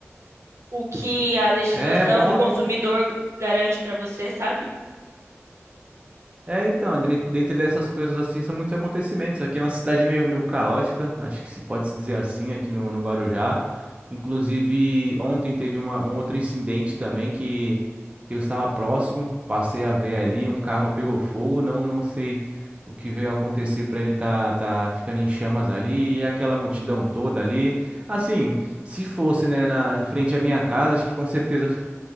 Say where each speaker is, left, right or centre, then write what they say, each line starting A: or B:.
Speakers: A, on the right; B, on the right.
A: o que a legislação
B: É bom,
A: do consumidor
B: né?
A: garante para você, sabe?
B: É, então, dren- dentre dessas coisas assim, são muitos acontecimentos. Aqui é uma cidade meio, meio caótica, acho que se pode se dizer assim, aqui no, no Guarujá. Inclusive, ontem teve uma, um outro incidente também que, que eu estava próximo, passei a ver ali, um carro pegou fogo, não, não sei o que veio acontecer para ele tá, tá ficando em chamas ali, e aquela multidão toda ali. Assim, se fosse, né, na, em frente à minha casa, acho que com certeza